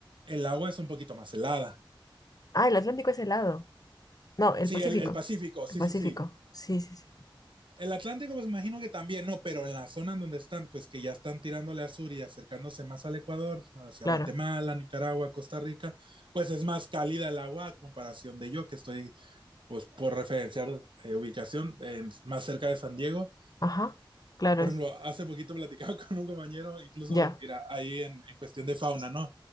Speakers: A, on the right; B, on the left.
A: el agua es un poquito más helada.
B: Ah, el Atlántico es helado. No, el
A: Sí,
B: Pacífico.
A: el, el Pacífico,
B: El
A: sí,
B: Pacífico,
A: sí, sí.
B: sí, sí, sí,
A: El Atlántico, pues imagino que también, no, pero en la zona en donde están, pues que ya están tirándole a sur y acercándose más al Ecuador, hacia
B: claro.
A: Guatemala, Nicaragua, Costa Rica, pues es más cálida el agua a comparación de yo, que estoy, pues por referenciar eh, ubicación, en- más cerca de San Diego.
B: Ajá, claro,
A: Por
B: es,
A: ejemplo, hace poquito platicaba <laughs> con un compañero, incluso
B: ya.
A: era ahí en, en cuestión de fauna, ¿no?